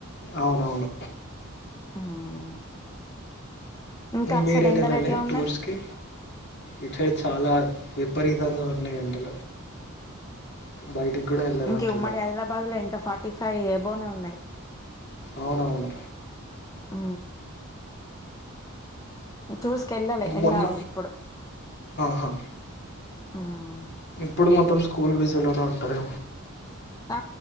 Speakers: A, on the left; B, on the left.
A: అవునవును
B: ఉమ్ ఇంకా అటు
A: మీరు
B: సైడ్
A: ఎటు
B: ఎండలు
A: వెళ్ళలే
B: ఎట్లా ఉన్నాయి
A: టూర్స్ కి ఇటు సైడ్ చాలా విపరీతంగా ఉన్నాయి ఎండలు బయటికి కూడా వెళ్ళనట్లుగా
B: ఇంక ఉమ్మడి ఆదిలాబాద్ లో ఇంకా ఫార్టీ ఫైవ్ ఏ బోనే ఉన్నాయి
A: అవునవును
B: ఆ చూసుకెళ్ళాలి వెళ్ళాలి
A: మొన్న
B: ఇప్పుడు
A: ఆహా
B: మ్మ్
A: ఇప్పుడు మొత్తం స్కూల్ బీజలోనే ఉంటారు
B: ఆ